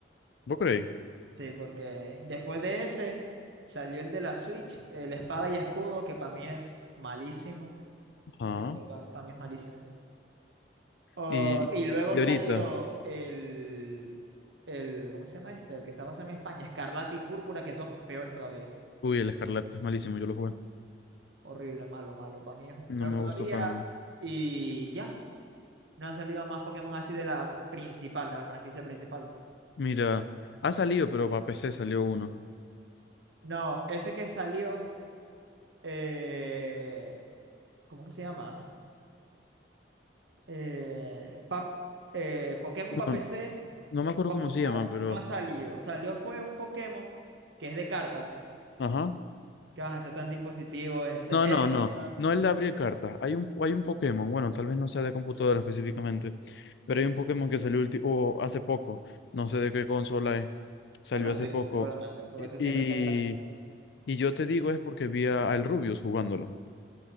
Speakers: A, on the left; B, on the right.
A: ¿Vos creéis?
B: Sí, porque después de ese salió el de la Switch, el Espada y Escudo, que para mí es malísimo.
A: Ajá.
B: Lo siento, para mí es malísimo. Oh,
A: Y,
B: y luego
A: y
B: salió
A: ahorita,
B: el, el, ¿cómo se llama este? El que está basado en España, Escarlata y Púrpura, que son peores todavía.
A: uy, el Escarlata es malísimo, yo lo jugué,
B: Horrible, malo, malo. Para mí es
A: no
B: peor
A: me
B: todavía.
A: gustó para nada.
B: Y ya, no han salido más Pokémon así de la principal, de la franquicia principal.
A: Mira, ha salido, pero para PC salió uno.
B: No, ese que salió, eh, ¿cómo que se llama? Eh, pa- eh, Pokémon
A: No,
B: para PC,
A: no me acuerdo
B: como
A: cómo se
B: tal,
A: llama, pero...
B: no ha salido. Salió fue un Pokémon que es de cartas
A: Ajá.
B: que vas a ser tan dispositivo en
A: No,
B: teléfono,
A: no, no.
B: tal.
A: No el de abrir cartas. Hay un, hay un Pokémon, bueno, tal vez no sea de computadora específicamente, pero hay un Pokémon que salió ulti- o hace poco. No sé de qué consola es. Salió
B: De la
A: hace
B: Switch,
A: poco.
B: seguramente, porque
A: Y,
B: eso siempre sale en la Switch.
A: y, y yo te digo es porque vi a- al Rubius jugándolo.